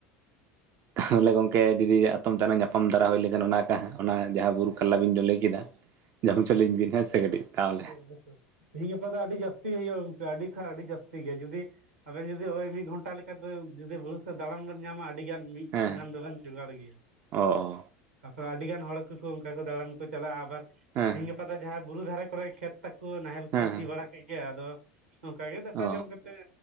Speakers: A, on the right (about 40°); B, on the right (about 75°).
A: ᱛᱚᱞᱮ ᱜᱚᱢᱠᱮ ᱡᱩᱫᱤ ᱟᱛᱚᱢ ᱛᱟᱭᱚᱢ ᱧᱟᱯᱟᱢ ᱫᱷᱟᱨᱟ ᱦᱩᱭ ᱞᱮᱱᱠᱷᱟᱱ ᱚᱱᱟᱠᱟ ᱚᱱᱟ ᱡᱟᱦᱟᱸ ᱵᱩᱨᱩ ᱠᱟᱨᱞᱟ ᱵᱤᱱ ᱞᱟᱹᱭ ᱠᱮᱫᱟ ᱡᱚᱢ ᱦᱚᱪᱚ ᱞᱤᱧ ᱵᱤᱱ ᱦᱮᱸ ᱥᱮ ᱠᱟᱹᱴᱤᱡ ᱛᱟᱦᱚᱞᱮ
B: <unintelligible> ᱛᱮᱦᱮᱧ ᱜᱟᱯᱟ ᱟᱹᱰᱤ ᱡᱟᱹᱥᱛᱤ ᱦᱩᱭᱩᱜᱼᱟ ᱜᱚᱢᱠᱮ ᱟᱹᱰᱤ ᱠᱷᱟᱱ ᱟᱹᱰᱤ ᱡᱟᱹᱥᱛᱤ ᱜᱮ ᱡᱩᱫᱤ ᱟᱵᱮᱱ ᱡᱩᱫᱤ ᱚᱭ ᱢᱤᱫ ᱜᱷᱚᱱᱴᱟ ᱞᱮ ᱵᱟᱠᱟᱱ ᱫᱚ ᱡᱩᱫᱤ ᱵᱩᱨᱩ ᱥᱮᱫ ᱫᱟᱬᱟᱱ ᱵᱱ ᱧᱟᱢᱟ ᱟᱹᱰᱤ ᱜᱟᱱ ᱢᱤᱫ
A: ᱦᱮᱸ
B: ᱩᱛᱩ ᱜᱟᱱ ᱫᱚᱵᱮᱱ ᱡᱚᱜᱟᱲ ᱜᱮᱭᱟ᱾
A: ᱚ ᱚ
B: ᱦᱚᱲ ᱟᱹᱰᱤᱜᱟᱱ ᱦᱚᱲ ᱠᱚᱠᱚ ᱚᱱᱠᱟ ᱠᱚ ᱫᱟᱬᱟᱱ ᱠᱚ ᱪᱟᱞᱟᱜᱼᱟ ᱟᱵᱟᱨ
A: ᱦᱮᱸ
B: ᱛᱤᱦᱮᱧ ᱜᱟᱯᱟ ᱫᱚ ᱡᱟᱦᱟᱸᱭ ᱵᱩᱨᱩ ᱫᱷᱟᱨᱮ ᱠᱚᱨᱮ ᱠᱷᱮᱛ ᱛᱟᱠᱚ ᱱᱟᱦᱮᱞ ᱠᱚ
A: ᱦᱮᱸ
B: ᱥᱤ
A: ᱦᱮᱸ
B: ᱵᱟᱲᱟ ᱠᱮᱫ ᱜᱮᱭᱟ ᱟᱫᱚ ᱚᱱᱠᱟ ᱜᱮ ᱫᱟᱠᱟ
A: ᱚ
B: ᱡᱚᱢ ᱠᱟᱛᱮᱫ